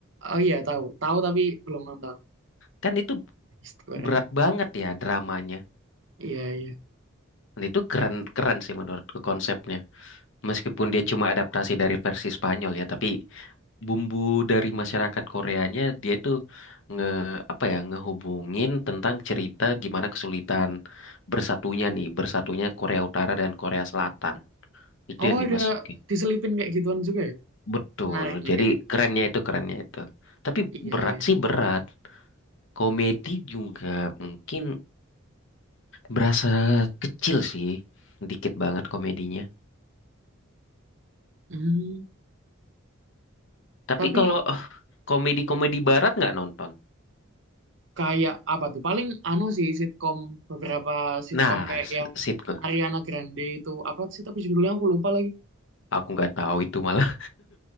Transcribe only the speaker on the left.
Kan itu
berat banget ya dramanya.
Dan itu keren keren sih menurutku konsepnya. Meskipun dia cuma adaptasi dari versi Spanyol ya, tapi bumbu dari masyarakat Koreanya dia itu nge apa ya ngehubungin tentang cerita gimana kesulitan bersatunya nih, bersatunya Korea Utara dan Korea Selatan. Itu
yang
dimasuki.
Betul.
Jadi
kerennya itu kerennya itu. Tapi
berat
sih berat. Komedi juga mungkin berasa kecil sih. Dikit banget komedinya.
Tapi
kalau eh, komedi-komedi barat nggak nonton?
Nah,
s-
sitcom.
Aku nggak tahu itu malah.